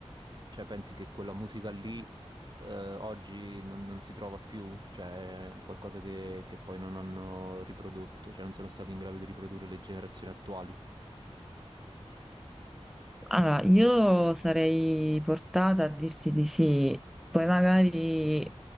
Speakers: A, on the right (about 45°); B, in the centre.
A: cioè, pensi che quella musica lì eh, oggi non, non si trova più? Cioè, è qualcosa che, che poi non hanno riprodotto, cioè non sono stati in grado di riprodurre le generazioni attuali?
B: Allora, io sarei portata a dirti di sì, poi magari